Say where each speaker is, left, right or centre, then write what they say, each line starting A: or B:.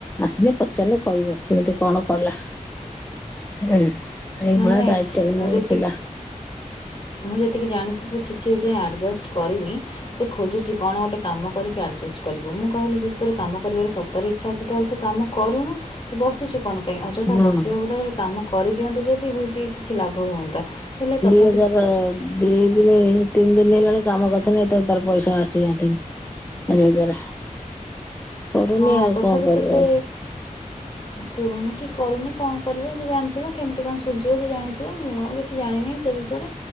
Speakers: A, on the left; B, on the left.
A: ଆସିଲେ ପଚାରିଲେ କହିବ କେମିତି କଣ କଲା। ହ ଏଇ
B: ନାଇଁ
A: ଭଳିଆ
B: ନାଇଁ
A: ଦାୟିତ୍ୟ ହୀନ
B: ମୁଁ ଯେତିକି
A: ଏ ପିଲା।
B: ମୁଁ ଯେତିକି ଜାଣିଛି ସେ କିଛି ଏ ଯାଏଁ ଆଡ଼ଜଷ୍ଟ କରିନି। ସେ ଖୋଜୁଛି କଣ ଗୋଟେ କାମ କରିକି ଆଡଜଷ୍ଟ କରିବୁ ମୁଁ କହିଲି ଯ ତର କାମ କରିବାର ସତରେ ଇଚ୍ଛା ଅଛି ତାହେଲେ ତୁ କାମ କରୁନୁ ତୁ ବସିଛୁ କଣ। ଅଯଥା
A: ହଁ।
B: ବସିବା ବଦଳରେ କାମ କରିଦିଅନ୍ତୁ ଯଦି ହଉଛି କିଛି ଲାଭ ହୁଅନ୍ତା ହେଲେ ତଥା
A: ହଜାର ଅ ଦି ଦି ଦିନି ତିନି ଦିନ ହେଲାଣି କାମ କରିଥିଲି ଏ ତ ତାର ପଇସା ଆସିଯାନ୍ତି ଚାରି ହଜାରେ। କରୁନି
B: ହଁ
A: ଆଉ
B: ତଥାପି
A: କଣ କରିବ।
B: ତ ସେ ଶୁଣୁନି କି କରୁନି କଣ କରିବ ସେ ଜାଣିଥିବ କେମିତି କଣ ସୁଝିବ ସେ ଜାଣିଥିବ ମୁଁ ଆଉ କିଛି ସେ ଜାଣିନି ସେ ବିଷୟରେ।